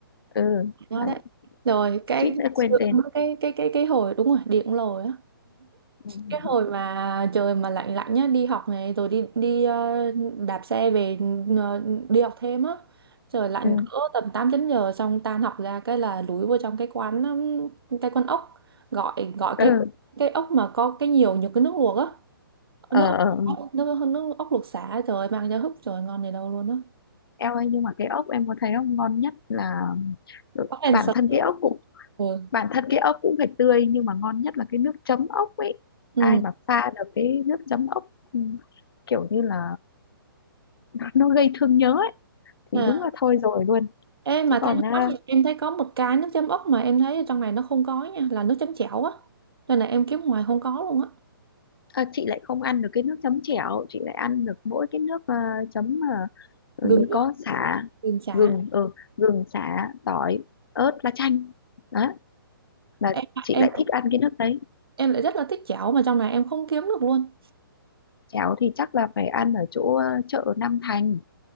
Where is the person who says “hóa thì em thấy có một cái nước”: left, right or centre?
Right